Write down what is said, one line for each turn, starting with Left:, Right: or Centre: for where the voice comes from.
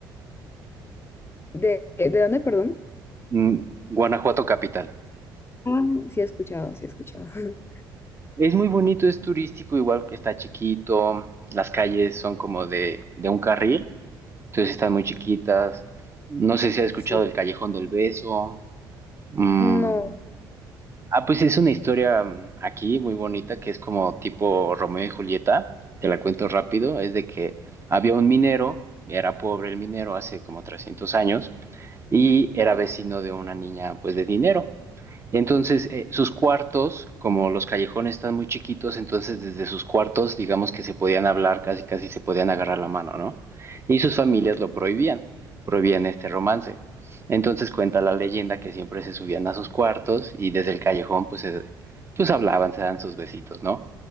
Left: de, de dónde, perdón?
Right: Mm, Guanajuato capital.
Left: Ah, sí he escuchado, sí he escuchado. <laughs>
Right: Es muy bonito, es turístico, igual que está chiquito. Las calles son como de, de un carril, entonces están muy chiquitas. No sé si has escuchado
Left: Sí.
Right: el Callejón del Beso. mm,
Left: No,
Right: Ah, pues es una historia mm, aquí muy bonita que es como tipo Romeo y Julieta. Te la cuento rápido. Es de que había un minero, era pobre el minero hace como 300 años y era vecino de una niña pues de dinero. Entonces, eh, sus cuartos, como los callejones están muy chiquitos, entonces desde sus cuartos, digamos que se podían hablar, casi casi se podían agarrar la mano, ¿no? Y sus familias lo prohibían, prohibían este romance. Entonces cuenta la leyenda que siempre se subían a sus cuartos y desde el callejón pues, se- pues hablaban, se dan sus besitos, ¿no?